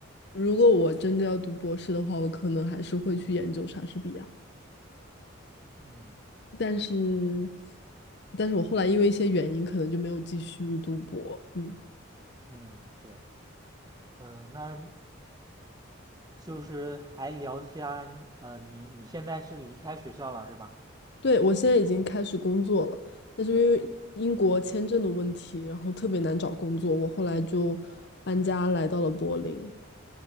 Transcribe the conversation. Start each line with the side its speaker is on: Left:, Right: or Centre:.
Left: 如果我真的要读博士的话，我可能还是会去研究莎士比亚。
Right: 嗯
Left: 但是，但是我后来因为一些原因，可能就没有继续读博。嗯，
Right: 嗯，对，嗯，那就是还聊一下呃，你你现在是离开学校了是吧？
Left: 对，我现在已经开始工作了，但是因为英国签证的问题，然后特别难找工作，我后来就搬家来到了柏林。